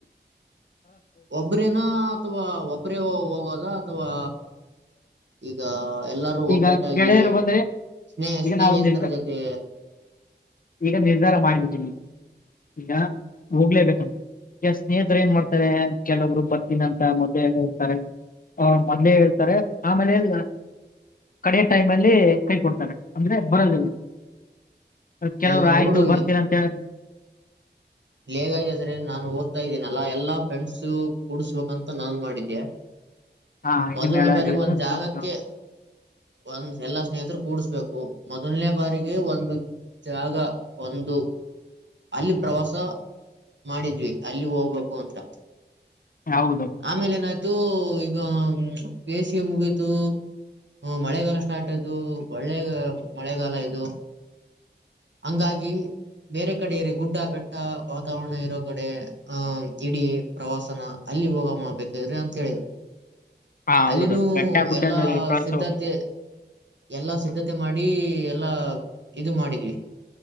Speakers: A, on the right; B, on the left.
A: ಒಬ್ರೇನಾ ಅಥವಾ ಒಬ್ರೇ ಹೋಗೋದ ಅಥವಾ ಇದಾ ಎಲ್ಲರೂ ಒಗ್ಗಟ್ಟಾಗಿ
B: ಈಗ ಗೆಳೆಯರು ಬಂದ್ರೆ
A: ಸ್ನೇಹ
B: ಈಗ
A: ಸ್ನೇಹಿತರ
B: ನಾವು ನಿರ್ಧ
A: ಜೊತೆ
B: ಈಗ ನಿರ್ಧಾರ ಮಾಡ್ಬಿಟ್ಟೀನಿ ಈಗ ಹೋಗ್ಲೇಬೇಕಂತ ಯ ಸ್ನೇಹಿತರು ಏನ್ ಮಾಡ್ತಾರೆ ಕೆಲವೊಬ್ರು ಬರ್ತೀನಂತ ಮೊದ್ಲೇ ಹರ್ತಾರೆ ಹ ಮೊದ್ಲೇ ಹೇಳ್ತಾರೆ ಆಮೇಲೆ ಎಲ್ ಕಡೆಯ ಟೈಮ್ ಅಲ್ಲಿ ಕೈ ಕೊಡ್ತಾರೆ ಅಂದ್ರೆ ಬರದಿಲ್ಲ ಕೆಲವ್ರು
A: ಈಗ
B: ಆಯ್ತು
A: ನೋಡು
B: ಬರ್ತೀರ ಅಂತ ಹೇಳ
A: ಇ ಹೇಗಾಯ್ತ ಅಂದ್ರೆ ನಾನು ಓದ್ತಾ ಇದ್ದೇನಲ್ಲಾ ಎಲ್ಲಾ ಫ್ರೆಂಡ್ಸ ಕೂಡ್ಸ್ಬೇಕಂತ ನಾನನ್ ಮಾಡಿದ್ದೆ
B: ಹಾ ಇನ್ನು
A: ಮೊದಲನ
B: ಮೇಳ
A: ಬಾರಗ
B: ಗೆಳೆಯರು
A: ಒಂದು್ ಜಾಗಕ್ಕೆ
B: ತೋರಿಸ್ತೀವಿ
A: ಒಂದ ಎಲ್ಲಾ ಸ್ನೇಹಿತರು ಕೂಡ್ಸ್ಬೇಕು ಮೊದಲನೇ ಬಾರಿಗೆ ಒಂದು ಜಾಗ ಒಂದು ಅಲ್ಲಿ ಪ್ರವಾಸ ಮಾಡಿದ್ವಿ ಅಲ್ಲಿ ಹೋಗ್ಬೇಕು ಅಂತ
B: ಹೌದು
A: ಆಮೇಲೆ ನಾ ಇದು ಈಗ ಬೇಸಿಗೆ ಮುಗಿತು ಹ್ಮ ಮಳೆಗಾಲ ಸ್ಟಾರ್ಟ್ ಆಯದು ಒಳ್ಳೆ ಮಳೆಗಾಲ ಇದು ಹಂಗಾಗಿ ಬೇರೆ ಕಡೆ ರ ಗುಡ್ಡ ಬೆಟ್ಟ ವಾತಾವರಣ ಇರೋ ಕಡೆ ಅಹ ಇಡೀ ಪ್ರವಾಸನ ಅಲ್ಲಿ ಹೋಗ ಮಾಡ್ಬೇಕಾದ್ರಿ ಅಂತ ಹೇಳಿದರು
B: ಹಾ ಹೌದು
A: ಅಲ್ಲಿನೂ
B: ಬೆಟ್ಟ ಗುಡ್ಡದ
A: ಎಲ್ಲಾ
B: ಪ್ರವಾಸ
A: ಸಿದ್ಧಾರ್ಥ
B: ಹೋಗ್-
A: ಎಲ್ಲಾ ಸಿದ್ಧತೆ ಮಾಡಿ ಎಲ್ಲಾ ಇದು ಮಾಡಿದ್ವಿ